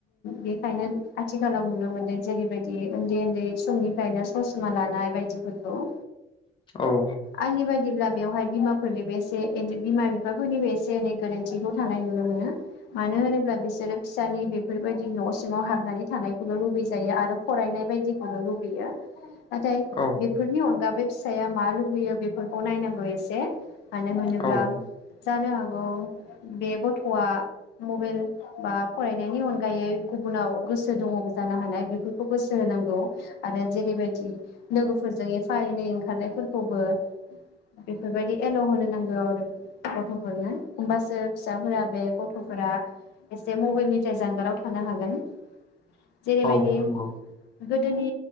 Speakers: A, on the left; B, on the left.
A: बेखायनो आथिखालाव नुनो मोनदों जेरैबायदि उन्दै उन्दै समनिफ्रायनो ससमा लानाय बायदिफोर। खौ
B: औ
A: आंनि बायदिब्ला बेवहाय बिमाफोरनिबो एसे बिमा बिफाफोरनिबो एसे एनै गोरोन्थिखौ थानाय नुनो मोनो। मानो होनोब्ला बिसोरो फिसानि बेफोरबायदि न सिङाव हाबनानै थानायखौल लुबैजायो आरो फरायनाय बायदिखौल लुबैयो। नाथाय
B: औ
A: बिब बिनि अनगा बे फिसाया मा लुबैयो बेफोरखौ नायनांगौ एसे। मानो हानोब्ला
B: औ
A: जानो हागौ बे गथया मबाइल बा फरायनायनि अनगायै गुबुनाव गोसो दङबो जानो हानाय बेफोरखौ गोसो होनांगौ आरो जेरैबायदि लोगो फोरजों एफा एनै ओंखारनायफोरखौबो बेफोरबायदि एलौ होनो नांगौ आरो। गथफोरनो होमबासो फिसाफोरा बे गथ'फोरा एसे मबाइलनिफ्राय जानगाराव थानो हागोन जेरैबायदि
B: औ नंगौ
A: गोदोनि